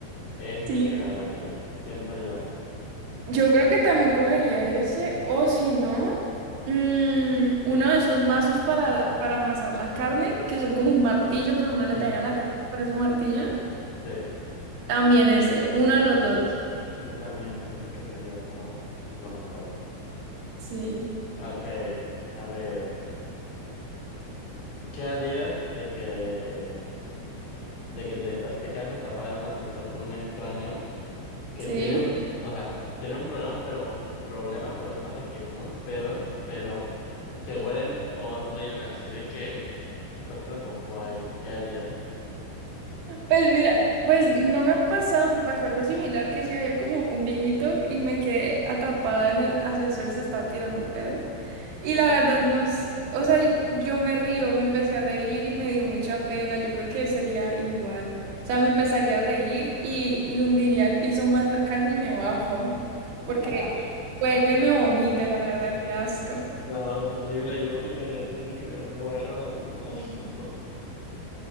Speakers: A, on the left (about 65°); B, on the right (about 70°).
A: ese es
B: Sí.
A: el que agarraría, siento yo.
B: Yo creo que también cogería ese, o si no, mm, uno de esos mazos para, para amasar la carne, que son como un martillo, pero uno le
A: Ujú.
B: pega la carne con ese martillo.
A: Sí,
B: También ese, uno de los dos.
A: yo también siento que sería como lo mejor.
B: Sí,
A: Ok, a ver, ¿qué harías de que, de que te, esta- te quedas atrapada en un ascensor con un extraño que
B: sí.
A: tiene un, o sea, tiene un problema, pero problema, problema de que unos pedos, pero que huelen horrible, así de que te está haciendo popó ahí, ¿qué harías?
B: Pues mira, pues no me ha pasado, me pasó algo similar que sí había como un viejito y me quedé atrapada en el ascensor y se estaba tirando pedo. Y la verdad, nos, o sea, yo me río, me empecé a reír y me dio mucha pena. Yo creo que sería igual. O sea, me empezaría a reír y le hundiría al piso más cercano y me bajo, porque
A: <laughs>
B: puede que me vomite, la verdad, qué asco.
A: No, horrible, yo no sé qué haría, yo siento que me muero ahí. <laughs>